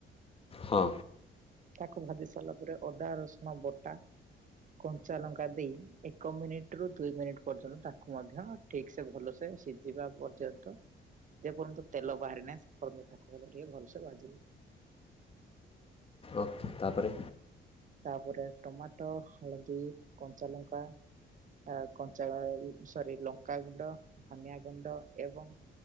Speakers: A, on the left; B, on the right.
A: ହଁ।
B: ତାକୁ ଭାଜି ସାରିଲା ପରେ ଅଦା ରସୁଣ ବଟା କଞ୍ଚା ଲଙ୍କା ଦେଇ ଏକ ମିନିଟରୁ ଦୁଇ ମିନିଟ ପର୍ଯ୍ୟନ୍ତ ତାକୁ ମଧ୍ୟ ଠିକ ସେ ଭଲସେ ସିଝିବା ପର୍ଯ୍ୟନ୍ତ ଯେପର୍ଯ୍ୟନ୍ତ ତେଲ ବାହାରି ନାହି ସେପର୍ଯ୍ୟନ୍ତ ତାକୁ ଟିକେ ଭଲସେ ବାଜିଲେ।
A: ଓ ତାପରେ
B: ତାପରେ ଟମାଟୋ ହଳଦୀ କଞ୍ଚାଲଙ୍କା ଆ କଞ୍ଚା ସରି ଲଙ୍କାଗୁଣ୍ଡ ଧନିଆ ଗୁଣ୍ଡ ଏବଂ